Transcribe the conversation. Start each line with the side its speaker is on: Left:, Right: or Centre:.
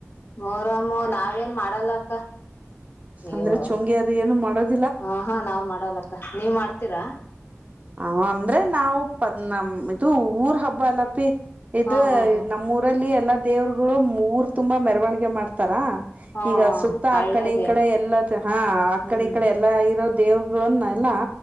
Left: ಮೋಹರಾಂ ನಾವೇನ್ ಮಾಡಲ್ಲ ಅಕ್ಕ ಅಯ್ಯೋ
Right: ಅಂದ್ರೆ ಚೋಂಗಿ ಅದು ಏನು ಮಾಡೋದ್
Left: ಹ ಹಾ ನಾವ್ ಮಾಡಲ್ಲಕ್ಕ ನೀವ್ ಮಾಡ್ತೀರಾ.
Right: ಅ ಅಂದ್ರೆ ನಾವು ಪದ ನಮ್ ಇದು ಊರ್ ಹಬ್ಬ ಅಲ್ಲಪಿ ಇದೆ
Left: ಹಾ ಹಾ ಹಾ
Right: ನಮ್ಮೂರಲ್ಲಿ ಎಲ್ಲಾ ದೇವರುಗಳು ಊರ್ ತುಂಬಾ ಮೆರವಣಿಗೆ ಮಾಡ್ತಾರಾ.
Left: ಹಾ
Right: ಈಗ ಸುತ್ತ
Left: ಹಳ್ಳಿಯಾಗೆ
Right: ಆ ಕಡೆಗ್ ಈ ಕಡೆ ಎಲ್ಲಾ ಹಾ ಆ
Left: ಹ್ಮ್
Right: ಕಡೆ ಈ ಕಡೆ ಎಲ್ಲಾ ಇರೋ ದೇವ್ರುಗಳನ್ನ ಎಲ್ಲಾ